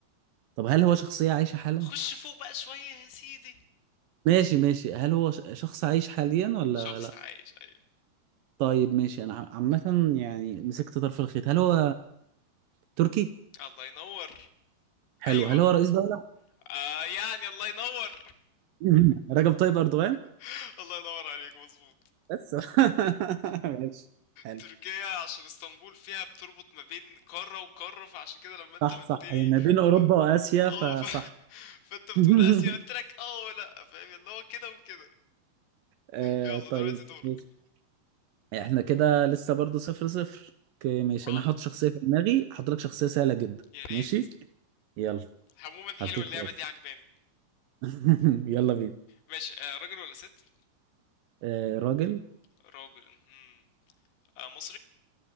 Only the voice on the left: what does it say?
خش فوق بقى شوية يا سيدي
شخص
عايش ايوه
الله ينور
ايوه
آه يعني الله ينور
<laughs> الله ينور عليك مظبوط
تركيا عشان اسطنبول فيها بتربط ما بين قارة وقارة فعشان كده لما انت
قلت
لي
ف... ف...
اه
ف... <laughs> فانت بتقول
اسيا قلت لك اه ولا فاهم اللي هو كده وكده
يلا
دلوقتي دورك
اه
يا ريت
عموما حلوة
اللعبة
دي عجباني
ماشي آه راجل ولا ست
راجل هم. آه مصري